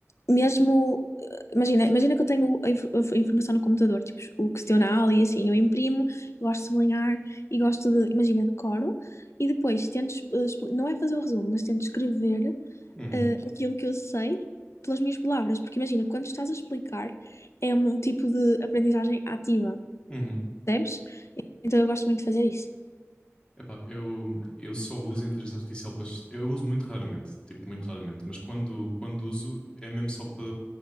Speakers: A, on the left; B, on the left.
A: mesmo. eh, Imagina, imagina que eu tenho a, inf- a informação no computador, tipo, o questionário e assim, eu imprimo, eu gosto de sublinhar e gosto de, imagina, decoro, e depois tento, es- eh, expli- não é fazer o resumo, mas tento escrever
B: Uhum.
A: eh, aquilo que eu sei pelas minhas palavras. Porque imagina, quando estás a explicar, é um tipo de aprendizagem ativa,
B: Uhum.
A: percebes? Então eu gosto muito de fazer isso.
B: Epá, eu, eu só uso inteligência artificial para. Eu uso muito raramente, tipo, muito raramente, mas quando, quando uso é mesmo só para